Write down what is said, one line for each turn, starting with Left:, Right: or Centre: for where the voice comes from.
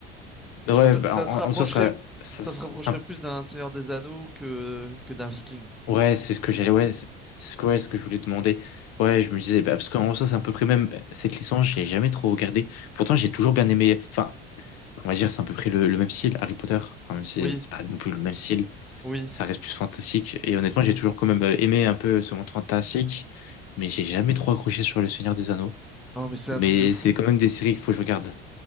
Left: Non,
Centre: Tu
Left: ouais,
Centre: vois, ça,
Left: bah,
Centre: ça
Left: en,
Centre: se rapprocherait,
Left: en soi, ça, ça,
Centre: ça
Left: c'est-
Centre: se rapprocherait
Left: ça-
Centre: plus d'un Seigneur des Anneaux que, que d'un Viking.
Left: ouais, c'est ce que j'allais, ouais, c'est c'est ce que, ouais, ce que je voulais demander. Ouais, je me disais, bah, parce qu'en soi, c'est à peu près même euh, cette licence, j'ai jamais trop regardé. Pourtant, j'ai toujours bien aimé. Enfin, on va dire, c'est à peu près le, le même style, Harry Potter. Enfin, même si
Centre: Oui,
Left: c'est pas non plus le même style.
Centre: oui.
Left: ça reste plus fantastique. Et honnêtement, j'ai toujours quand même euh, aimé un peu ce monde fantastique, mais j'ai jamais trop accroché sur Le Seigneur des Anneaux.
Centre: Oh, mais c'est
Left: Mais
Centre: un truc de fou.
Left: c'est quand même des séries qu'il faut que je regarde.